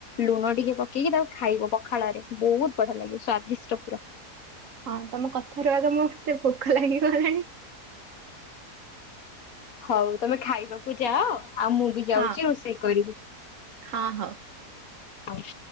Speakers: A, on the left (about 65°); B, on the right (about 60°).
A: ଲୁଣ ଟିକେ ପକ ପକେଇକି ତାକୁ ଖାଇବ। ପଖାଳରେ ବହୁତ ବଢିଆ ଲାଗିବ ସ୍ଵାଦିଷ୍ଟ ପୁରା।
B: ହଁ ତମ କଥାରୁ ଆଗ ମୋ ଏତେ ଭୋକ ଲାଗିଗଲାଣି।
A: ହଉ ତମେ ଖାଇବାକୁ ଯାଅ। ଆଉ ମୁଁ ବି ଯାଉଛି
B: ହଁ
A: ରୋଷେଇ କରିବି।
B: ହଁ ହଉ।
A: ହଉ।